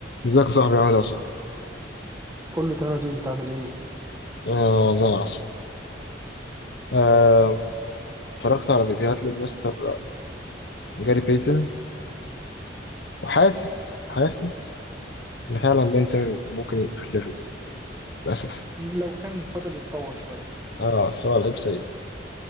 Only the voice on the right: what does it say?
كله تمام يا دود انت عامل ايه؟
لو كان فضل يتطور شويه